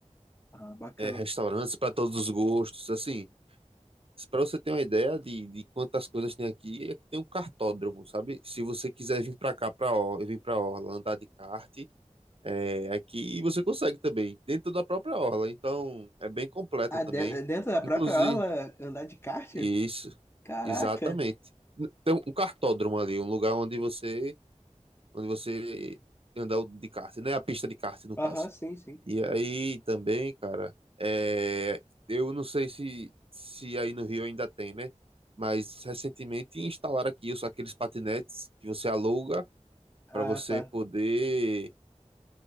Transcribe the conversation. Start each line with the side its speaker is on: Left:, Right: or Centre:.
Left: Ah, bacana.
Right: é, restaurantes para todos os gostos, assim. Para você ter uma ideia de, de quantas coisas tem aqui, é que tem um cartódromo, sabe? Se você quiser vir para cá, para orla, vir para orla, andar de kart, é, aqui você consegue também, dentro da própria orla. Então, é bem completa
Left: Ah,
Right: também.
Left: de- dentro da própria
Right: Inclusive,
Left: aula, andar de kart?
Right: Isso,
Left: Caraca.
Right: exatamente. Tem um cartódromo ali, um lugar onde você, onde você andar de kart, né? A pista de kart, no
Left: Aham,
Right: caso.
Left: sim, sim.
Right: E aí também, cara, é, eu não sei se, se aí no Rio ainda tem, né? Mas recentemente instalaram aqui os, aqueles patinetes que você aluga
Left: Ah,
Right: para você
Left: tá.
Right: poder